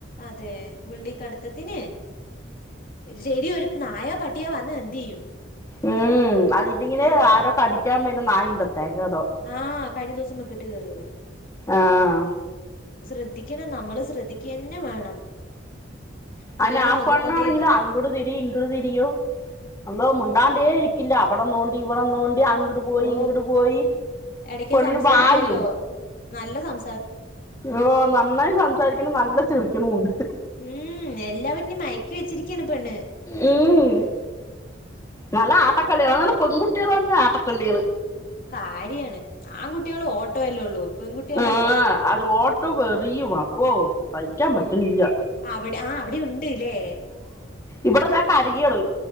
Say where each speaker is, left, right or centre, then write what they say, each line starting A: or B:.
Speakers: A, on the left (about 50°); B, on the left (about 15°).
A: അതെ ഇവളെ ഇക്കടുത്തത്തിനെ ശരി ഒരു നായ പട്ടിയാ വന്നാ എന്ത് ചെയ്യും
B: ഉം അതില്ലെങ്ങനെ
A: ശ്രദ്ധി
B: ആരോ കടിക്കാൻ വല നായ ഉണ്ടത്തെെ ഏതോ
A: ആഹ് കഴിഞ്ഞ ദിവസംൊക്കെട്ട് കയറിയവേ
B: ആഹ
A: ശ്രദ്ധിക്കണം നമ്മള് ശ്രദ്ധിക്കന്നെ വേണം കുട്ടികളെ
B: അെ ആ
A: നോക്കിക്കൊണ്ടേ
B: പെണ്ണാണെങ്കിലും
A: ഇരിക്കണം
B: അങ്ങോട്ട തിരി ഇങ്ങോട്ട തിരിയും അന്തോ മുിണ്ടാണ്ടേ
A: ഉം
B: ഇരിക്കില്ല അവിടെ തോണ്ടി ഇവിടെ തോണ്ടി അങ്ങിട്ട പോയി
A: ഓ
B: ഇങ്ങിട്ട പോയി
A: ഇടക്ക്
B: പൊണ്ണിന്
A: സംസാരിക്കുവല്ലോ
B: വായും
A: നല്ല സം
B: ഓ നന്നായി സംസാരിക്കണം നല്ല ചെളിക്കണുണ്ട്
A: ഉം എല്ലാവരനും മയക്കി വെച്ചിരിക്കയാണ് പെണ്ണ്
B: ഉം നല്ല ആട്ടക്കളികൾ അാണ് പെൺകുട്ടികൾ തന്നെ ആട്ടക്കള്ളികള്
A: കാര്യാണ് ആൺകുട്ടികൾ ഓട്ടോയല്ലേ ഉള്ളൂ പെൺകുട്ടികളാ
B: ആ
A: രസം
B: അത് ഓട്ടോ വറിയും അപ്പൊ സഹിക്കാൻ
A: ഓ
B: പറ്റണില്ല
A: അവിടെ ആ അവിടെ ഉണ്ട്ല്ലേ
B: ഇവിടെതാ കരികള്ു